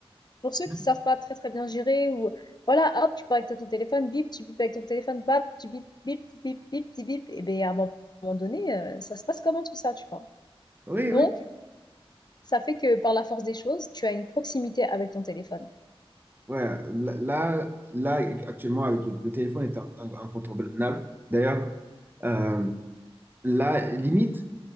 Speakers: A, on the left; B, on the right.
A: pour ceux
B: <laughs>
A: qui savent pas très très bien gérer ou voilà hop tu parles avec ton téléphone, bip tu bip avec ton téléphone, bap tu bip bip bip bip bip, bip et bien à un moment donné euh, ça se passe comment tout ça tu vois.
B: Oui,
A: Donc
B: oui.
A: ça fait que par la force des choses, tu as une proximité avec ton téléphone.
B: Ouais, là, là, là, actuellement, avec le, le téléphone est in- in- incontournable. D'ailleurs, euh, là, limite,